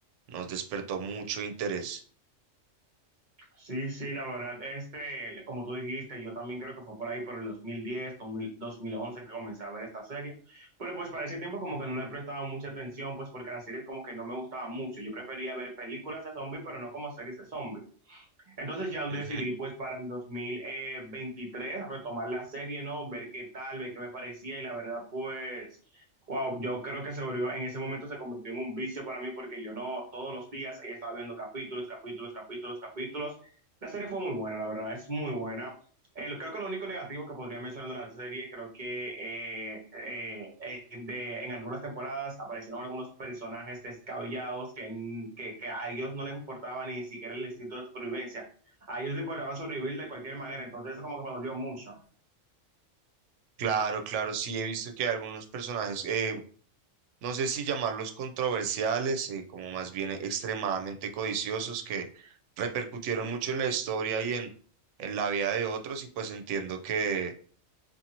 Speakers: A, on the right; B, on the right.
A: nos despertó mucho interés.
B: Sí, sí, la verdad, este, como tú dijiste, yo también creo que fue por ahí por el 2010, 2000, 2011 que comencé a ver esta serie, pero pues para ese tiempo como que no le prestaba mucha atención, pues porque las series como que no me gustaban mucho, yo prefería ver películas de zombies, pero no como series de zombies. Entonces ya decidí
A: Ujú.
B: pues para el dos mil veintitrés retomar la serie, ¿no? Ver qué tal, ver qué me parecía y la verdad pues, wow, yo creo que se volvió, en ese momento se convirtió en un vicio para mí porque yo no todos los días eh, estaba viendo capítulos, capítulos, capítulos, capítulos. La serie fue muy buena, la verdad, es muy buena. Eh, lo- creo que lo único negativo que podría mencionar de la serie, creo que eh, eh, eh, de- en algunas temporadas aparecieron algunos personajes descabellados que, n- que, que a ellos no les importaba ni siquiera el instinto de supervivencia a ellos les importaba sobrevivir de cualquier manera, entonces eso como que me dolió mucho.
A: Claro, claro, sí he visto que hay algunos personajes, eh, no sé si llamarlos controversiales, eh, como más bien extremadamente codiciosos, que repercutieron mucho en la historia y en, en la vida de otros, y pues entiendo que